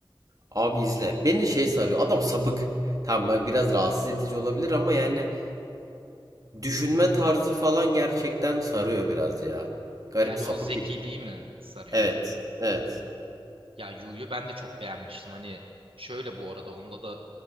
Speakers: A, on the right (about 40°); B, on the right (about 75°).
A: Abi izle. Beni şey sarıyor. Adam sapık. Tamam bak biraz rahatsız edici olabilir ama yani düşünme tarzı falan gerçekten sarıyor biraz ya. Garip
B: Yani
A: sapık
B: o zekiliği
A: bir dizi.
B: mi sarıyor?
A: Evet. Evet.
B: Ya Yu'yu ben de çok beğenmiştim. Hani şöyle bu arada onda da